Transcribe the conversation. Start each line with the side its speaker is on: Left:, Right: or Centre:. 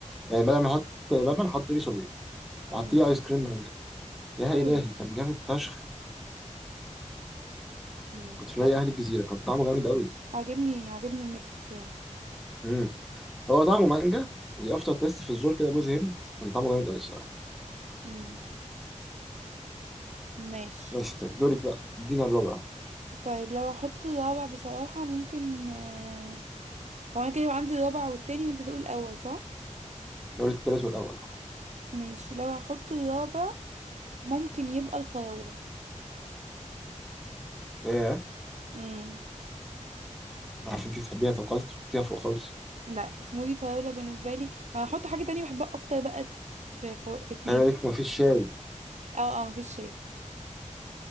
Centre: يعني بدل ما احط لبن حط لي شوبيا وحط
Right: امم
Centre: لي ايس كريم مانجا يا
Right: حلو
Centre: الهي كان جامد فشخ
Right: مم.
Centre: كنت في
Right: لا
Centre: نادي اهلي الجزيره كان طعمه جامد قوي
Right: عاجبني عاجبني الميكس بصراحة
Centre: امم هو طعمه مانجا وافتر تيست في الزور كده جوز هند كان طعمه جامد قوي الصراحه
Right: مم. ماشي
Centre: ماشي طيب دورك بقى ادينا الرابع
Right: طيب لو احط الرابع بصراحة ممكن آه، هو انا كده يبقى عندي الرابع والتاني وانت تقول الاول صح
Centre: دوري التالت والاول
Right: ماشي لو احط الرابع ممكن يبقى الفراولة
Centre: اه
Right: مم.
Centre: عشان انت تحبيها طب خلاص تحطيها فوق خالص
Right: لا سموذي فراولة بالنسبة لي ما هحط حاجة تانية بحبها اكتر بقى في في, في اتنين
Centre: خلي بالك مفيش شاي
Right: اه اه مفيش شيء